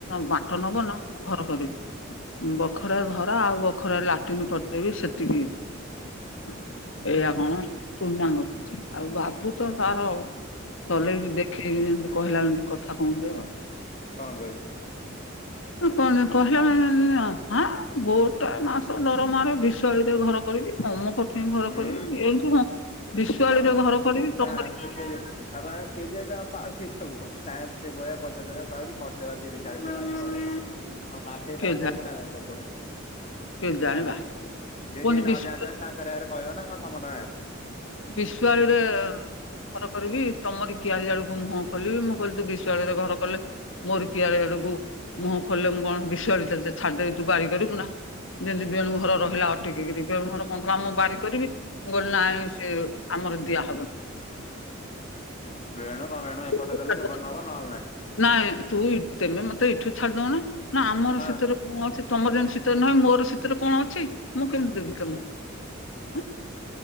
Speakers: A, on the left; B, on the left.
A: ବାଟ ନବ ନା ଘର କରିବି ବଖରା ଘର ଆଉ ବଖରା ଲାଟିନ୍ କରିଦେବି ସେତିକି। ଏଇଆ କଣ ଟୁନା କଖୁଛି ଆଉ ବାବୁ ତ ତାର ଚଲେଇି ଦେଖେଇକି ଯେମତି କହିଲା ଯେମତି କଥା କହନ୍ତି ଆଉ।
B: କଣ କହି
A: କଣ କହିଲା ଆ ଗୋଟା ମାସ ଦରମାରେ ବିଶାଳରେ ଘର କ ରିବି ଅମକଠେଇ ଘର
B: ହୁଁ
A: କରିବି ଏମତି ହଁ ବିଶାଳିରେ
B: ହଁ
A: ଘର କରିବି
B: ଗୋଟା
A: ତମରି
B: ଆ ଆ କେଜ ପାଉସ ସବହ ତାର ସେଭଳିଆ କଟକ ଜାଗାରେ ପାଉଚି ଖର୍ଚ୍ଚ ବାର୍ଚ୍ଚ ତିରିଶ ଚାଳିଶ <unintelligible> କଣ ମାଠିଏ
A: କେ
B: ଟଙ୍କା ପାଉଚି ନା କଣ ତୋ ପୁଅ।
A: କେ ଜାଣିବା
B: ହାଲ ସେ
A: କୁହନ୍ତି
B: ଯିଏ ନ
A: ବିଶ୍ୱ
B: ଜାଣିଛନ୍ତି ତାଙ୍କରି ଆଗରେ କହିବ ନା କଣ ସମସ୍ତଙ୍କ ଆଗରେ।
A: ବିଶ୍ୱାଳୀରେ ଘର କରିବି। ତମର କିଆଳି ଆଡକୁ ମୁହଁ ଖୋଲିବି ମୁଁ କହଲିି ତୁ ବିଶୁାଳରେ ଘର କଲେ ମୋର କିଆଳି ଆଡକୁ ମୁହଁ ଖୋଲିଲେ ମୁ କଣ ବିଶ୍ୱାଳ ଛାଡ଼ିଦେବି ତୁ ବାରି କରିବୁ ନା। ଯିତି ବେଣୁଘର ରହିଲା ଅଟିକିକିରି ବେଣୁଘର କହୁଥିଲା ମୁଁ ବାରି କରିବି ମୁଁ କହିଲି ନାଇଁ ସେ ଆମର ଦିଆହବନି।
B: ବେଣୁ କଣ ବେଣୁ ଏପଟେ
A: ଏଁ
B: ଦେେଲେ ସେପଟେ ନବ ନହେଲେ ନାଇଁ।
A: ନାଇଁ ତୁ ତେମେ ମତେ ଏଠୁ ଛାଡି ଦଉନ ନା ଆମର
B: ହଁ
A: ସେତରେ କଣ ଅଛି? ତମର ଯେମିନି ସେଥିରେ ନୁହେଁ ମୋର ସେଥିରେ କଣ ଅଛି ମୁଁ କେମିତି ଦେବି ତମକୁଏଁ?